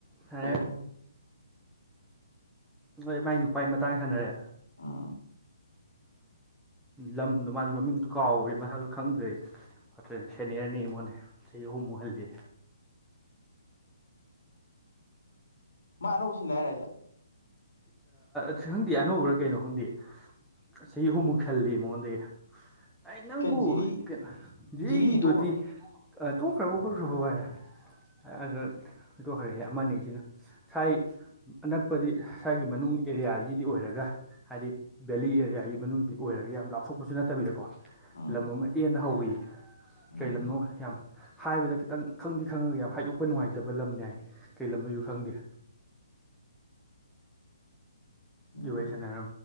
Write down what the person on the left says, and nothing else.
ꯄꯥꯏꯕ
ꯎꯝ
ꯃꯥ ꯑꯅꯧꯕꯁꯤ ꯂꯑꯦ ꯔꯥꯏꯖꯦ
ꯀꯩꯅꯣ ꯖꯤꯔꯤ
ꯖꯤꯔꯤ ꯇꯣꯛꯈ꯭ꯔꯕ
ꯎꯝ
ꯎꯝ
ꯎꯝ